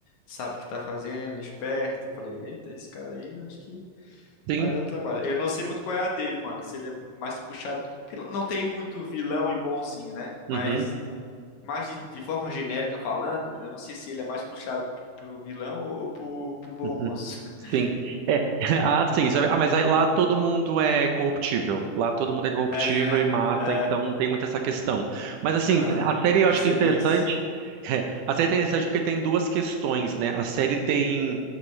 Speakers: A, on the left (about 65°); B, on the right (about 75°).
A: sabe o que tá fazendo, esperto. Eu falei, eita, esse cara aí, eu acho que
B: Sim.
A: vai dar trabalho. Eu não sei muito qual é a dele, mano. Se ele é mais puxado. Porque não não tem muito vilão e bonzinho, né?
B: Uhum,
A: Mas, mais de, de forma genérica falando, eu não sei se ele é mais puxado pro, pro vilão ou pro, pro bom
B: uhum.
A: moço. <laughs>
B: Sim. É. <laughs> Ah, sim. sabe? Ah, mas aí lá todo mundo é corruptível. Lá todo mundo é corruptível
A: É, né?
B: e mata,
A: É,
B: então não tem muito essa questão. Mas assim,
A: aham.
B: a série eu
A: Percebi
B: acho que é interessante.
A: isso.
B: <laughs> É, A série é interessante porque tem duas questões, né? A série tem